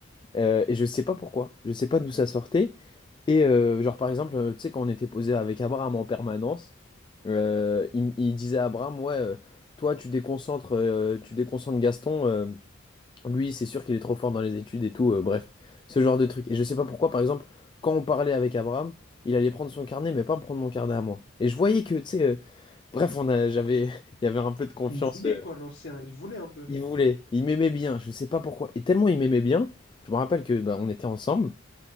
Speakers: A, on the left (about 25°); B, on the left (about 55°).
A: Euh, et je sais pas pourquoi, je sais pas d'où ça sortait. Et euh, genre par exemple, euh, tu sais, quand on était posé avec Abraham en permanence, euh, il, m- il disait à Abraham, ouais, euh, toi tu déconcentres, euh, tu déconcentres Gaston, euh, lui c'est sûr qu'il est trop fort dans les études et tout, euh, bref, ce genre de truc. Et je sais pas pourquoi, par exemple, quand on parlait avec Abraham, il allait prendre son carnet, mais pas me prendre mon carnet à moi. Et je voyais que, tu sais, euh, bref, on a, j'avais, <laughs> il y avait un peu de confiance.
B: Il voulait
A: euh,
B: quoi, l'ancien? Il voulait un peu.
A: il voulait, il m'aimait bien, je sais pas pourquoi. Et tellement il m'aimait bien, je me rappelle que bah, on était ensemble.